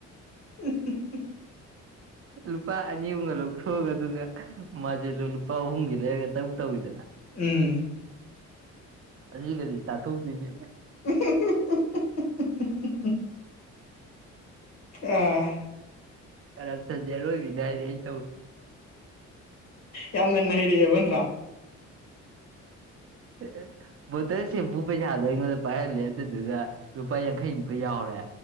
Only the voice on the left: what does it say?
ꯎ
ꯎꯝ
<inaudible> ꯑꯥ
ꯌꯥꯝ ꯉꯟꯅ ꯍꯩꯔꯛꯑꯦꯕ ꯅꯠꯇ꯭ꯔꯥ